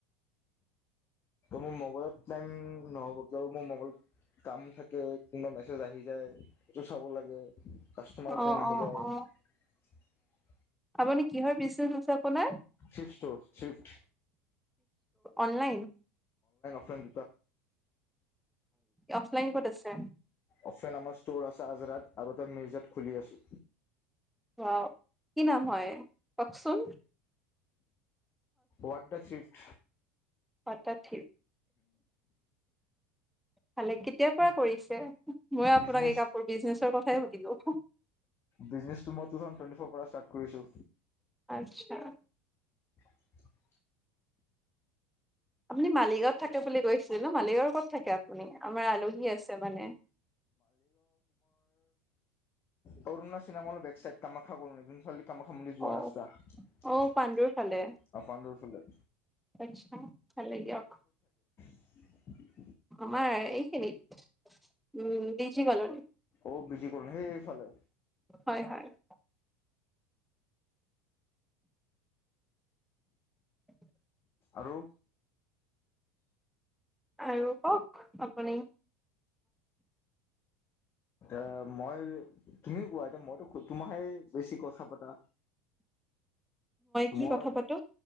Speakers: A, on the left; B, in the centre.
A: মোৰ মোবাইলত টাইম নহ'ব কিয় মোৰ মবাইলত কাম থাকে, কোনোবা মেছেজ আহি যায় সেইটো চাব লাগে! কাষ্টমাৰ
B: অ
A: ফোন আহি
B: অ
A: যায়।
B: অ
A: <unintelligible>
B: আপুনি কিহৰ বিছনেছ আছে আপোনাৰ
A: চিফ ষ্টৰ চিফ্ট
B: অননলাইন
A: চগত <unintelligible>
B: অফলাইন ক'ত আছে
A: অপচন আমাৰ ষ্ট'ৰ আছে আজৰাত আৰু তই মিউজিয়াত খুলি আছো
B: ৱাও কি নাম হয় কওকচোন
A: ৱ্ডা চিফট
B: আচ্ছা ঠিক ভালে, কেতিয়াৰ পৰা কৰিছে, মই আপোনাক
A: বিজনেছ
B: এই কাপোৰ বিজনেচৰ কথাই সুধিলো
A: বিজনেছটো মই টু থাউজেণ্ড টুৱেন্টি ফ'ৰ পৰা ষ্টাৰ্ট কৰিছো
B: আচ্ছা
A: হয় <unintelligible>
B: আপুনি মালিগাঁৱত থাকে বুলি কৈছিল ন মালিগাঁৱৰ ক'ত থাকে আপুনি আমাৰ আলহী আছে মানে
A: কৰৰুণা চিনেমল বেক চাইড কামাখ্যা কৰ চাল কামাখ্যা মন্দিৰ যোৱা
B: অ
A: ৰাস্তা, আ
B: অ পাণ্ডুৰ ফালে
A: পাণ্ডুৰ ফালে।
B: আচ্ছা ভালেই দিয়ক
A: উ <unintelligible>
B: আমাৰ এইখিনিত উম বিজি কলনি
A: অ বিজি কলনী সেইফালে
B: হয় হয় উ <unintelligible>
A: আৰু
B: আৰু কওক আপুনি
A: এ মই কি কোৱা এতিয়া মইতো তোমাহে বেছি কথা পতা
B: কি
A: মই
B: কথা পাতো